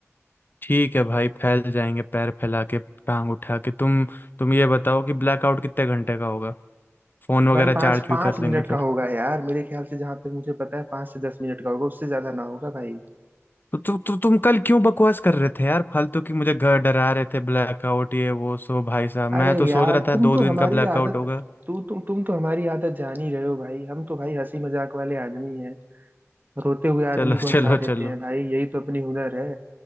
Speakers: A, on the left; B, on the right.
A: ठीक है भाई फैल जाएंगे पैर फैला के टांग उठा के तुम तुम ये बताओ कि ब्लैकआउट कितने घंटे का होगा फोन वगैरह
B: भाई पाँच
A: चार्ज भी
B: पाँच
A: कर
B: मिनट
A: लेंगे फिर
B: का होगा यार मेरे ख्याल से जहां तक मुझे पता है पाँच से दस मिनट का होगा उससे ज्यादा ना होगा भाई
A: तो, तो, तो तुम कल क्यों बकवास कर रहे थे यार फालतू की मुझे घर डरा रहे थे ब्लैकआउट ये वो सो भाई साहब
B: अरे
A: मैं तो सोच
B: यार
A: रहा था
B: तुम
A: दो
B: तो
A: दिन
B: हमारी
A: का ब्लैकआउट
B: आदत
A: होगा
B: तू तुम तुम तो हमारी आदत जान ही रहे हो भाई हम तो भाई हंसी मजाक वाले आदमी हैं रोते हुए आदमी
A: चलो
B: को हंसा
A: चलो
B: देते
A: चलो
B: हैं भाई यही तो अपनी हुनर है